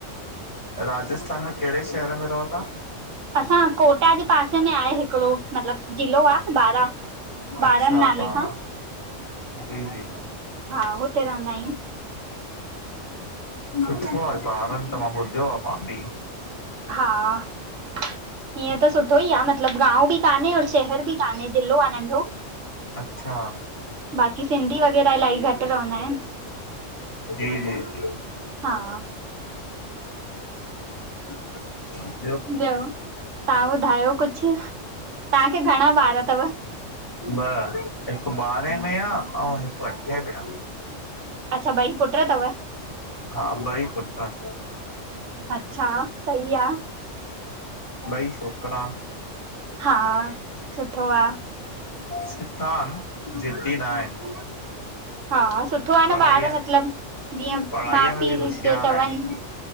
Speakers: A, on the left; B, on the right.
A: राजस्थान में कहिड़े शहर में रहो तहां?
B: असां कोटा जे पासे में आहे हिकिड़ो। मतलब ज़िलो आ बारहं
A: अच्छा
B: ॿारहनि नाले
A: पारा
B: सां।
A: जी जी
B: हा, हुते रहंदा आहियूं।
A: सुठो आहे, ॿारनि त मां ॿुधियो आहे मां ॿि।
B: हा हीअं त सुठो ई आ मतलबु गांओ बि कान्हे और शहर ॿि कान्हे, जिलो आहे नंढो।
A: अच्छा
B: बाक़ी सिंधी वग़ैरह इलाही घट रहंदा आहिनि।
A: जी जी जी
B: हा
A: <inaudible>
B: ॿियो, तव्हां ॿुधायो कुछ, तव्हांखे घणा वार तव?
A: ॿ हिकु बारंहें में आ, ऐं हिकु अठे में आ।
B: अच्छा ॿई पुट तव?
A: हा ॿई पुट्र इन।
B: अच्छा सही आ।
A: ॿई छोकरा।
B: हा सुठो आ।
A: सिधा आहिन, जिद्दी न आहिन।
B: हा, सुठो आ
A: पढ़ाईअ
B: न ॿार मतलब जीअं
A: पढ़ाईअ
B: माउ
A: में
B: पीउ
A: बि होशियार
B: चवनि।
A: आहिनि